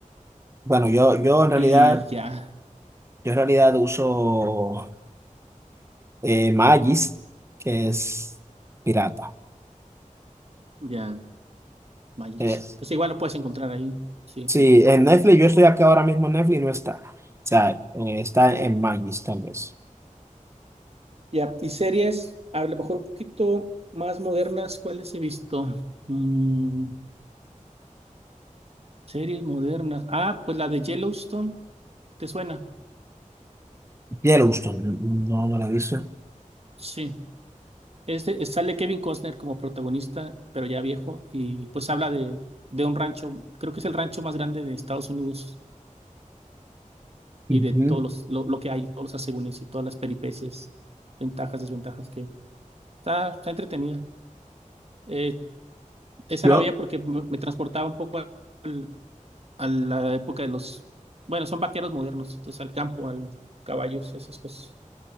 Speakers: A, on the right (about 20°); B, on the right (about 50°).
A: Bueno, yo, yo en realidad,
B: Y ya,
A: yo en realidad uso. eh, Magis, que es pirata.
B: ya, Magix.
A: Eh,
B: Pues igual lo puedes encontrar ahí. Sí,
A: sí,
B: sí.
A: en Netflix, yo estoy acá ahora mismo en Netflix y no está. O sea, eh, está en Magis, tal vez.
B: Ya, y series, a lo mejor un poquito más modernas, ¿cuáles he visto? Mm, series modernas. Ah, pues la de Yellowstone, ¿te suena?
A: Yellowstone, no, no no la he visto.
B: Sí. Este, eh, sale Kevin Costner como protagonista, pero ya viejo, y pues habla de, de un rancho, creo que es el rancho más grande de Estados Unidos
A: Ujú.
B: y de todos los, lo, lo que hay, todos los asegúnes y todas las peripecias, ventajas, desventajas que está, está entretenida. Eh, esa
A: Yo,
B: la veía porque me, me transportaba un poco al- a la época de los, bueno, son vaqueros modernos, entonces al campo, al caballos, esas cosas.